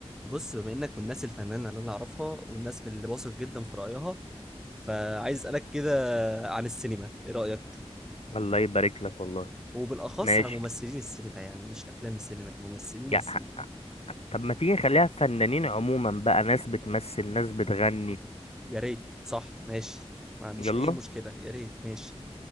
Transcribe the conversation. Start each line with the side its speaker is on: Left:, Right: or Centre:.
Centre: بص بما انك من الناس الفنانه اللي انا اعرفها والناس اللي واثق جدا في رايها فعايز اسالك كده عن السينما ايه رايك
Left: الله يبارك لك والله
Centre: وبالاخص
Left: ماشي
Centre: عن ممثلين السينما يعني مش افلام السينما ممثلين
Left: يا
Centre: السينما
Left: طب ما تيجي نخليها فنانين عموما بقى ناس بتمثل ناس بتغني
Centre: يا ريت صح ماشي ما عنديش
Left: يلا
Centre: اي مشكله يا ريت ماشي